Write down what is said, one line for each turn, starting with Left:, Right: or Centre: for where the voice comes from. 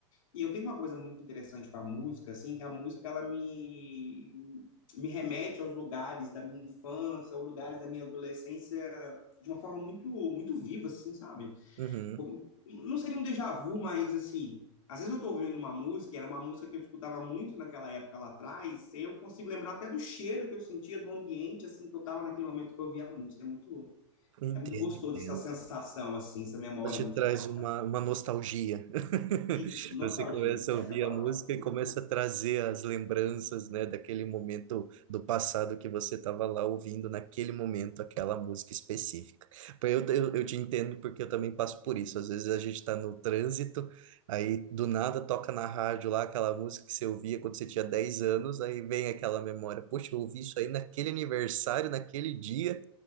Left: E eu tenho uma coisa muito interessante com a música, assim, que a música, ela me... Me remete aos lugares da minha infância, aos lugares da minha adolescência de uma forma muito muito viva, assim, sabe?
Right: Uhum,
Left: como- não seria um déjà vu, mas assim, às vezes eu tô ouvindo uma música, e era uma música que eu escutava muito naquela época lá atrás, e aí eu consigo lembrar até do cheiro que eu sentia, do ambiente, assim, que eu tava naquele momento que eu ouvia a música. É muito,
Right: entendo,
Left: é muito gostoso
Right: entendo.
Left: essa sensação, assim, essa memória
Right: Ela te
Left: musical.
Right: traz uma,
Left: tá aqui.
Right: uma nostalgia. <laughs>
Left: Isso, nostalgia,
Right: Você começa
Left: essa
Right: a ouvir
Left: é a palavra.
Right: a música e começa a trazer as lembranças, né, daquele momento do passado que você estava lá ouvindo naquele momento aquela música específica. Pô, Eu, eu, eu te entendo porque eu também passo por isso. Às vezes a gente está no trânsito, aí do nada toca na rádio lá aquela música que você ouvia quando você tinha 10 anos, aí vem aquela memória. Poxa, eu ouvi isso aí naquele aniversário, naquele dia.